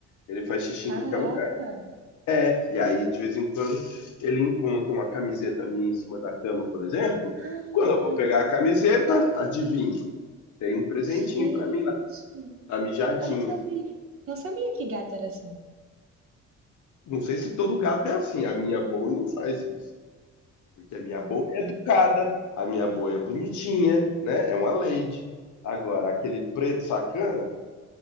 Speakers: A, on the left (about 75°); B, on the right (about 45°).
A: Ele faz xixi
B: Caraca!
A: em qualquer lugar.
B: <gasps>
A: É, e aí, de vez em quando, ele encontra uma camiseta minha em cima da cama, por exemplo.
B: Ah,
A: Quando eu vou pegar a camiseta, adivinha, tem um presentinho
B: Gente,
A: pra mim lá, a mijadinha.
B: eu não sabia. Não sabia que gato era assim.
A: Não sei se todo gato é assim, a minha boa não faz isso, porque a minha boa é educada, a minha boa é bonitinha, né? É uma lady. Agora, aquele preto sacana,